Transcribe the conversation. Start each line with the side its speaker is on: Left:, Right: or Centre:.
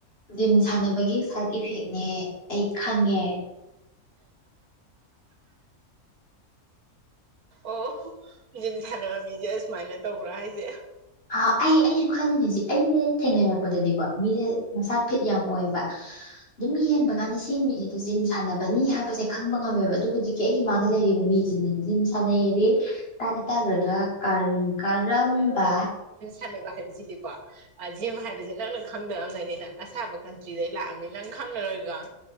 Left: ꯖꯤꯝ ꯁꯥꯟꯅꯕꯒꯤ ꯁꯥꯏꯠ ꯏꯐꯦꯛꯅꯦ ꯑꯩ ꯈꯪꯉꯦ
Right: ꯑꯣ ꯖꯤꯝ ꯁꯥꯟꯅꯕ ꯃꯤꯁꯦ ꯑꯁꯨꯃꯥꯏꯅ ꯇꯧꯕ꯭ꯔꯥ ꯍꯥꯏꯁꯦ
Left: ꯑ ꯑꯩ ꯑꯩꯁꯨ ꯈꯜꯂꯤꯅꯦꯖꯤꯛ ꯑꯩꯅ ꯊꯦꯡꯅꯔꯛꯄꯗꯗꯤꯀꯣ ꯃꯤꯁꯦ ꯃꯁꯥ ꯐꯤꯠ ꯌꯥꯝ ꯑꯣꯏꯕ ꯑꯗꯨꯝ ꯌꯦꯡꯕ
Right: ꯎꯝ
Left: ꯀꯥꯟꯅ ꯁꯤ ꯁꯤ ꯃꯤꯁꯤꯗ ꯖꯤꯝ ꯁꯥꯟꯅꯕꯅꯤ ꯍꯥꯏꯕꯁꯦ ꯈꯪꯕ ꯉꯝꯃꯦꯕ ꯑꯗꯨꯒ ꯍꯧꯖꯤꯛꯀꯤ ꯑꯩꯒꯤ ꯃꯥꯗ ꯂꯩꯔꯤꯕ ꯃꯤꯁꯤꯅ ꯖꯤꯝ ꯁꯥꯟꯅꯩꯌꯦꯗꯤ ꯇꯔ ꯇꯥꯕꯒ ꯀꯔ ꯀꯔꯝꯕ
Right: ꯁꯅꯕ ꯍꯥꯏꯕꯁꯤꯗꯤꯀꯣ ꯖꯤꯝ ꯍꯥꯏꯕꯁꯤ ꯅꯪꯅ ꯈꯪꯗꯑꯕꯅꯅꯤꯅ ꯑꯁꯥꯕ ꯀꯟꯇ꯭ꯔꯤꯗꯩ ꯂꯥꯛꯑꯕꯅꯤ ꯅꯪ ꯈꯪꯉꯔꯣꯏꯒꯣ